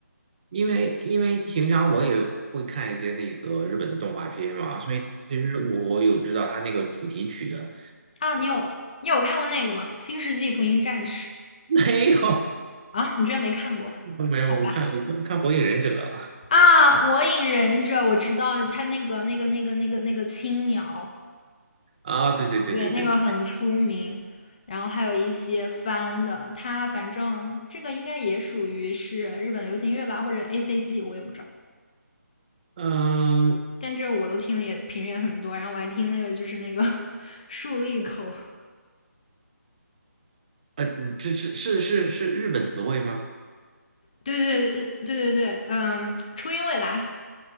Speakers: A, on the right; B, on the left.
A: 因为因为平常我也会看一些那个日本的动画片嘛，所以其实我我有知道他那个主题曲的。
B: 啊。你有你有看过那个吗？《新世纪福音战士》
A: <laughs> 没有，
B: 啊？你居然没看过？
A: 没有，
B: 好吧。
A: 我看看《火影忍者》了。
B: 啊，火影忍者我知道，他那个那个那个那个那个青鸟，
A: 啊，对对对对对对，
B: 对，那个很出名。然后还有一些翻的，他反正这个应该也属于是日本流行乐吧，或者 A C G，我也不知道。
A: 嗯，
B: 但这我都听的也平时也很多，然后我还听那个就是那个 <laughs> 竖立口，
A: 呃，这是是是是日本词汇吗？
B: 对对对对对对，嗯，初音未来，